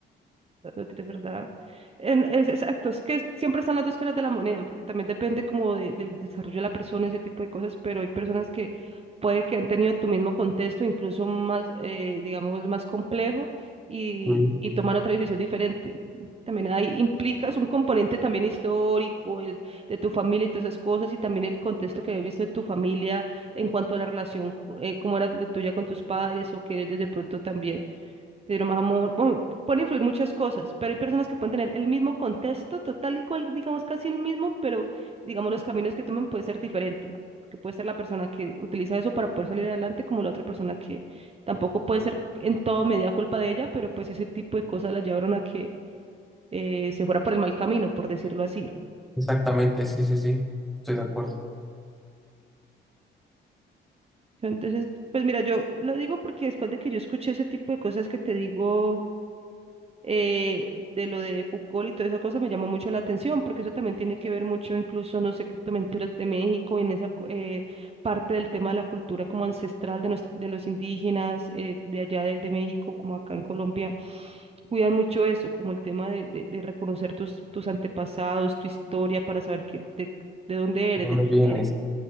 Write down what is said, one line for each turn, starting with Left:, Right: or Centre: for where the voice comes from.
Right: No tienes verdad. En- es, exacto, es que siempre están las dos caras de la moneda, porque también depende como de- del desarrollo de la persona, ese tipo de cosas, pero hay personas que puede que han tenido tu mismo contexto, incluso más, eh, digamos, más complejo y,
Centre: Mm,
Right: y toman otra decisión diferente. También ahí implicas un componente también histórico, el, de tu familia y todas esas cosas, y también el contexto que habías visto de tu familia en cuanto a la relación, eh, cómo era la tuya con tus padres, o que desde pronto también te dieron más amor, bueno, pu- pueden influir muchas cosas, pero hay personas que pueden tener el mismo contexto, total igual, digamos casi el mismo, pero digamos los caminos que tomen puede ser diferente, porque puede ser la persona que utiliza eso para poder salir adelante, como la otra persona que tampoco puede ser en todo medida culpa de ella, pero pues ese tipo de cosas las llevaron a que eh, se fuera por el mal camino, por decirlo así.
Centre: Exactamente, sí, sí, sí, estoy de acuerdo.
Right: Entonces, pues mira, yo lo digo porque después de que yo escuché ese tipo de cosas que te digo eh, de lo de Foucault y toda esa cosa me llamó mucho la atención, porque eso también tiene que ver mucho, incluso, no sé, con culturas de México y en esa cu- eh, parte del tema de la cultura como ancestral de, nues- de los indígenas eh, de allá de, de México, como acá en Colombia, cuidan mucho eso, como el tema de, de, de reconocer tus, tus antepasados, tu historia, para saber que, de, de dónde
Centre: ¿De
Right: eres,
Centre: dónde
Right: de quién
Centre: vienes?
Right: eres.